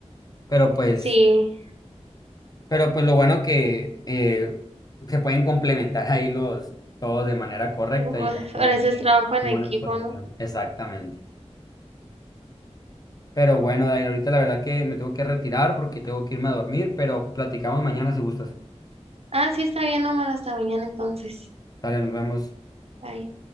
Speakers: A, on the left (about 35°); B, on the right (about 60°).
A: Pero pues,
B: Sí,
A: pero pues lo bueno que eh, se pueden complementar ahí los todos de manera correcta
B: u-
A: y ya como
B: por eso
A: que
B: es trabajo en
A: una
B: equipo,
A: buena exposición.
B: ¿no?
A: Exactamente. Pero bueno, Dair, ahorita la verdad que me tengo que retirar porque tengo que irme a dormir, pero platicamos mañana si gustas.
B: Ah, sí, está bien, Omar, hasta mañana entonces.
A: Dale, nos vemos.
B: Bye.